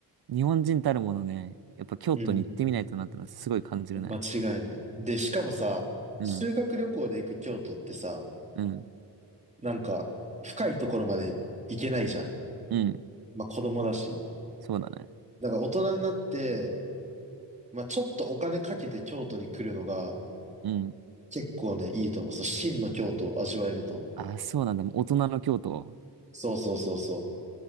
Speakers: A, on the right (about 60°); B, on the right (about 15°).
A: 日本人たるものね、やっぱ京都に行ってみないとなってのはすごい感じるね。
B: うん。間違いない。で、しかもさ、
A: うん、
B: 修学旅行で行く京都ってさ、
A: うん、
B: なんか深いところまで行けないじゃん。
A: うん、
B: まあ子供だし。
A: そうだね。
B: だから大人になって、まあちょっとお金かけて京都に来るのが
A: うん。
B: 結構ね、いいと思う。そう、真の京都を味わえると思う。
A: あ、そうなんだ。大人の京都。
B: そうそうそうそう。